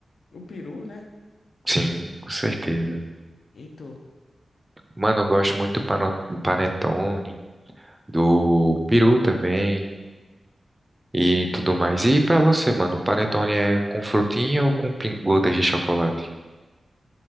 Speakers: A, on the left (about 80°); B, on the right (about 15°).
A: o peru, né?
B: Sim, com certeza.
A: E tu?
B: Mano, eu gosto muito do pano- panetone, do peru também. e tudo mais. E pra você, mano, panetone é com frutinha ou com pin- gotas de chocolate?